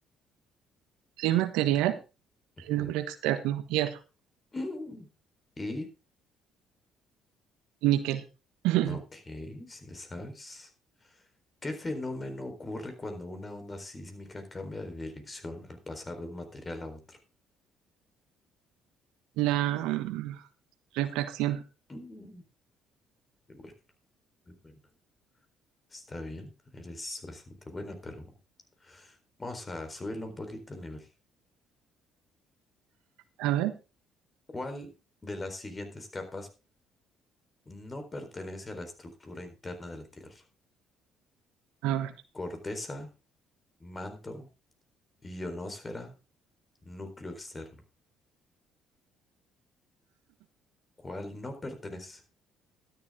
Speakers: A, on the right (about 75°); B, on the left (about 30°).
A: ¿Qué material
B: Ujú.
A: logro externo? Hierro
B: Mm. Y,
A: y níquel. <laughs>
B: ok, si le sabes. ¿Qué fenómeno ocurre cuando una onda sísmica cambia de dirección al pasar de un material a otro?
A: La mm, refracción.
B: Mm. Muy bueno, muy buena. Está bien, eres bastante buena, pero vamos a subirle un poquito el nivel.
A: A ver,
B: ¿Cuál de las siguientes capas no pertenece a la estructura interna de la Tierra?
A: a ver.
B: Corteza, manto, ionosfera, núcleo externo. ¿Cuál no pertenece